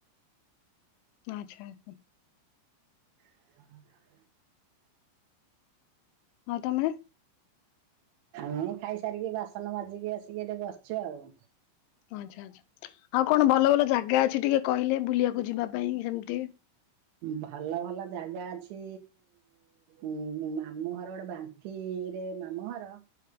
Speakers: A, on the left; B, on the right.
A: ଆଚ୍ଛା ଆଛା।
B: <inaudible>
A: ହଁ ତମେ
B: ମୁଁ ଖାଇସାରିକି ବାସନ ମାଜିକି ଆସିକି ଏଠି ବସିଛି ଆଉ।
A: ଓ ଆଚ୍ଛା ଆଚ୍ଛା ଆଉ କଣ ଭଲ ଭଲ ଜାଗା ଅଛି ଟିକେ କହିଲେ ବୁଲିବାକୁ ଯିବା ପାଇଁ ସେମତି।
B: ଭଲ ଭଲ ଜାଗା ଅଛି ଉଁ ମା ମାମୁଁଘର ଗୋଟେ ବାଙ୍କିରେ ମାମୁଁଘର